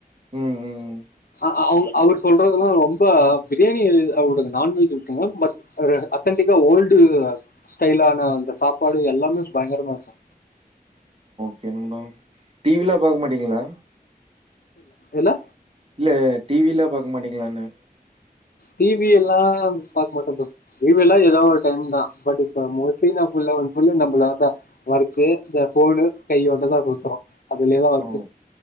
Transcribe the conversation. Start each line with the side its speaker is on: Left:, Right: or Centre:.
Right: ம் ம்
Left: அ அ அவ அவரு சொல்றதுல்லா ரொம்ப பிரியாணி அவரோட நான்வெஜ் இருக்குங்க, பட் அத்தென்டிக்கா ஓல்டு ஸ்டைலான அந்த சாப்பாடு எல்லாமே பயங்கரமா இருக்கு,
Right: கே நண்பா டிவிலா பாக்க மாட்டீங்ளா
Left: என்ன
Right: இல்ல டிவி லா பாக்க மாட்டீங்களான்னு
Left: டிவி எல்லா பாக்க மாட்ட ப்ரோ டிவி எல்லா ஏதோ ஒரு டைம் தா பட் இப்ப மோஸ்ட்லி நா ஃபுல் அண் ஃபுல் நம்மள அதா ஒர்க்கு இந்த ஃபோனு கையோடதா சுத்துறோ அதுலேயதா ஒர்க்கு
Right: ஓ